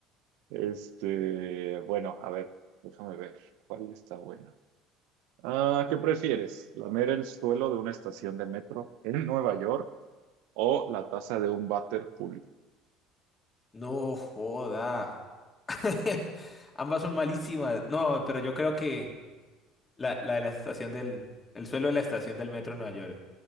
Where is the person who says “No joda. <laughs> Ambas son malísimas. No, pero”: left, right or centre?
Left